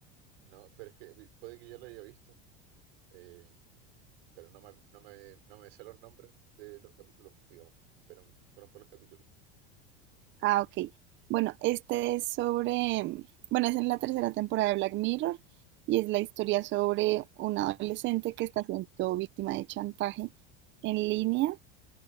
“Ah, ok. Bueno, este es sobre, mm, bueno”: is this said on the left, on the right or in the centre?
Right